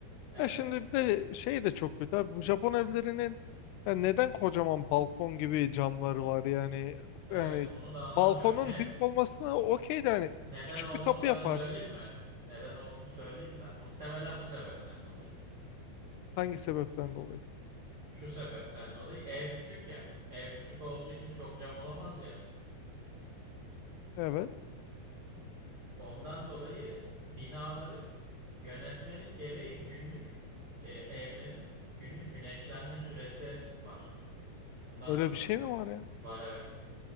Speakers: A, on the right; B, on the left.
A: evet.
B: Ya şimdi bir de şey de çok kötü abi. Bu Japon evlerinin
A: Hı
B: ya
A: hı.
B: neden kocaman balkon gibi camları var yani?
A: Evet
B: Yani
A: onu da anlamıyorum.
B: balkonun
A: Hem
B: büyük olmasına okey de hani
A: neden
B: küçük
A: olduğunu
B: bir kapı
A: ben
B: yaparsın.
A: söyleyeyim mi? Neden olduğunu söyleyeyim ben. Muhtemelen bu sebepten dolayı.
B: Hangi sebepten dolayı?
A: Şu sebepten dolayı ev küçük ya. Ev küçük olduğu için çok cam olamaz ya.
B: Evet.
A: Ondan dolayı binaların yönetmelik gereği günlük e, evlerin günlük güneşlenme süresi var. Bundan
B: Öyle
A: dolayı.
B: bir şey mi var ya?
A: Var evet.